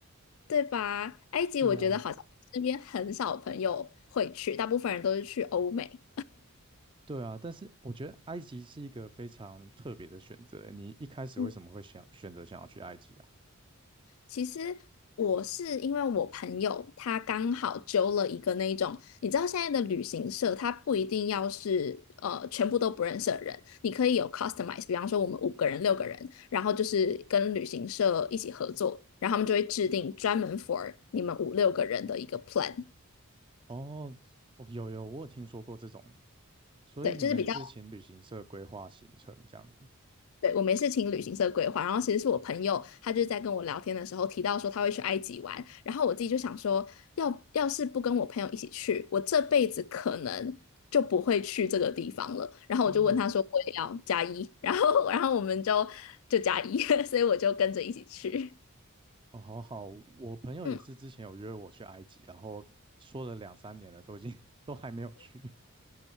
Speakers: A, on the left; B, on the right.
A: 对吧？埃及我觉得好像身边很少朋友会去，
B: 对啊，
A: 大部分人都是去欧美。
B: 对啊，但是我觉得埃及是一个非常特别的选择诶。你一开始为什么会想选择想要去埃及啊？
A: 嗯。其实我是因为我朋友他刚好揪了一个那一种，你知道现在的旅行社，他不一定要是呃全部都不认识的人，你可以有 customize，比方说我们五个人、六个人，然后就是跟旅行社一起合作，然后他们就会制定专门 for 你们五六个人的一个 plan，
B: 哦，哦，有有，我有听说过这种，所以你们也是请旅行社规划行程这样子。
A: 对，就是比较。对，我没事请旅行社规划，然后其实是我朋友，他就是在跟我聊天的时候提到说他会去埃及玩，然后我自己就想说，要要是不跟我朋友一起去，我这辈子可能就不会去这个地方了。然后我就问他说，
B: 真的
A: 我也要加一，然后然后我们就就加一，<laughs> 所以我就跟着一起去。
B: 哦，好好，我朋友也是之前有约我去埃及，
A: <laughs> 嗯
B: 然后说了两三年了，都已经 <laughs> 都还没有去。